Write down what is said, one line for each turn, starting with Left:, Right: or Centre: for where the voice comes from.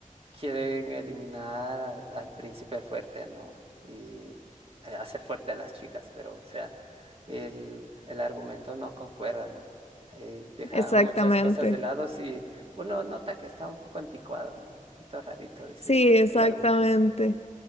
Right: quieren eliminar al, al príncipe fuerte, ¿no? Y eh, hacer fuerte a las chicas, pero, o sea, el, el argumento no concuerda, ¿no? Eh, dejan
Left: exactamente,
Right: muchas cosas de lado y uno nota que está un poco anticuado, ¿no? Un poquito rarito, dices,
Left: sí,
Right: el
Left: exactamente.
Right: el argumento.